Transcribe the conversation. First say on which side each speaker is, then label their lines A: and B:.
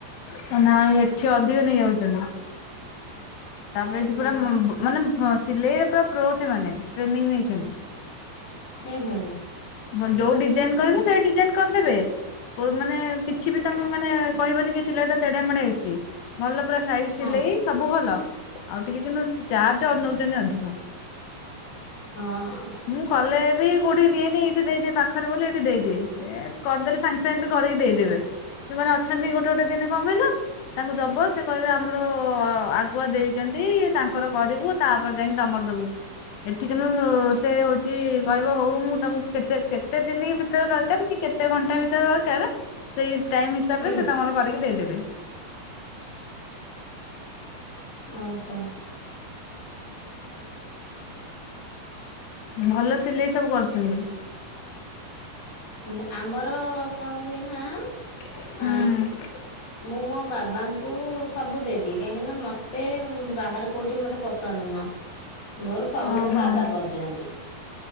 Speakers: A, on the left; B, on the left.
A: ହଁ ନାଇଁ ଏଠି ଅଧିକ ନେଇଯାଉଚନ୍ତି। ତାପରେ
B: ହୁଁ
A: ଏଠି ପୁରା
B: ହୁଁ
A: ମୁ-ମାନେ ହଁ ସିଲେଇରେ ପୁରା ପ୍ରୋ ସେମାନେ ଟ୍ରେନିଙ୍ଗ ନେଇଛନ୍ତି।
B: ହୁଁ, ହୁଁ।
A: ଭଲ ଯୋଉ ଡିଜାଇନ୍ କରିବୁ ସେଇ ଡିଜାଇନ୍ କରିଦେବେ। କୋ ମାନେ କିଛି ବି ତୋମେ ମାନେ କହିବନି କି ସିଲେଇ ଟା ତେଢା ମେଢା ହେଇଛି। ଭଲ ପୁରା ସାଇଜ ସିଲେଇ
B: ହୁଁ ହଁ
A: ସବୁ ଭଲ। ଆଉ ଟିକେ କିନ୍ତୁ ଚାର୍ଜ ନଉଚନ୍ତି ଅଧିକ।
B: ହଁ, ହଁ।
A: ମୁଁ କଲେ ବି କୋଉଠି ନିଏନି ଏଇଠି ଦେଇ ଦିଏ ପାଖରେ ବୋଲି ଏଇଠି ଦେଇ ଦିଏ। ଏ କରିଦେଲେ ସାଙ୍ଗେ ସାଙ୍ଗେ ବି କରିକି ଦେଇଦେବେ। ସେମାନେ ଅଛନ୍ତି ଗୋଟେ ଗୋଟେ ଦିନେ କଣ କହିଲ ତାଙ୍କୁ ଦବ ସେ କହିବେ ଆମର ଆ ଗୁଆ ଦେଇଚନ୍ତି। ତାଙ୍କର କରିବୁ ତାପରେ ଯାଇକି ତୋମର ଦବୁ। ଏଠ କିନ୍ତୁ ସେ ହଉଛି କହିବ ହଉ ମୁଁ ତୋମକୁ କେତେ କେତେ ଦିନ ଭିତରେ ଦରକାର କି କେ ତେ ଘଣ୍ଟା ଭିତରେ ଦରକାର। ସେଇ ଟାଇମ୍ ହିସାବରେ
B: ହୁଁ
A: ସେ ତୋମର କରିକି ଦେଇଦେବେ।
B: ଓହୋ।
A: ଭଲ ସିଲେଇ ସବୁ କରୁଛନ୍ତି।
B: ମୋ ଆମର କଣ ହୁଏ ନା
A: ହୁଁ।
B: ଆ ମୁଁ ମୋ ବାବାଙ୍କୁ ସବୁ ଦେଇ ଦିଏ କାହିଁକି ନା ମୋତେ ଉଁ, ବାହାରେ କୋଉଠି ମୋତେ ପସନ୍ଦ ନୁହଁ। ମୋର ସବୁ
A: ଓହୋ
B: ମୋ ବାବା କରିଦିଅନ୍ତି।